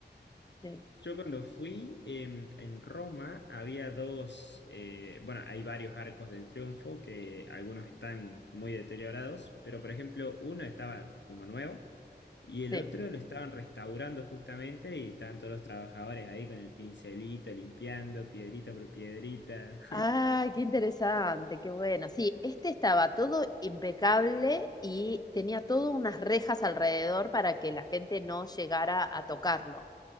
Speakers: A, on the left; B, on the left.
A: Sí,
B: yo cuando fui em, en Roma había dos, eh, bueno, hay varios arcos del triunfo que algunos están muy deteriorados, pero por ejemplo uno estaba como nuevo y el
A: sí.
B: otro lo estaban restaurando justamente y estaban todos los trabajadores ahí con el pincelito, limpiando piedrita por piedrita.
A: Ay, qué interesante, qué bueno. Sí, este estaba todo impecable y tenía todas unas rejas alrededor para que la gente no llegara a tocarlo.